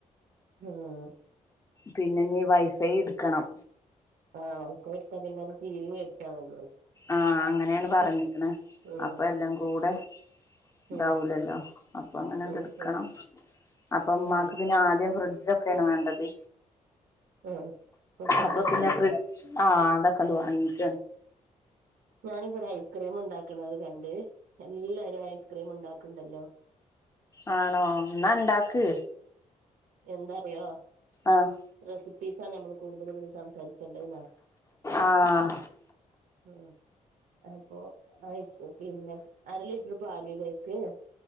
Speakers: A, on the right; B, on the left.
A: ആഹ
B: പിന്നെ നീ വൈഫൈ എടുക്കണം
A: ആഹ് വൈ എടുത്താ പിന്നെെ ീ വി മേടിക്കാൻ മതി
B: ആഹ അങ്ങനെയാണ് പറഞ്ഞിരിക്കുന്നത്
A: ഉം
B: അപ്പൊ എല്ലാം കൂടെ ഇതാവൂലല്ലോ
A: ഉം
B: അപ്പൊ അങ്ങനെ എന്ത
A: ഉം
B: എടുക്കണം
A: ഉം
B: അപ്പൊ ഉമ്മാക്ക്
A: ഉം
B: പിന്നെ ആദ്യം ഫ്രിഡ്് ഇതൊക്കെയാണ് വേണ്ടത്
A: ഉം ഇപ്പൊ ഫ്രിഡ്ജൊക്കെ
B: അപ്പൊത്തിന്നെ
A: ആയില്ലേ
B: ഫ്രി ആഹ് തക്കല് വാങ്ങിക്ക
A: ഞാനിപ്പോൊ ഐസ്ക്രീം ഉണ്ടാക്കണത് കണ്ട് എല്ലാരരും ഐസ്ക്രീം ഉണ്ടാക്ക ണ്ടല്ലോ
B: ആണോ എന്നാ ഇണ്ടക്ക്
A: എന്താറിയോ
B: ആഹ്
A: റെസിപ്പി പീസ നമ്മൾ കൂടുത സംസാരിക്കണ്ട എന്നാ
B: ആഹ്
A: ഉ അഹ ഇ പിന്നെ അര ലിറ്റർ പാലില <unintelligible>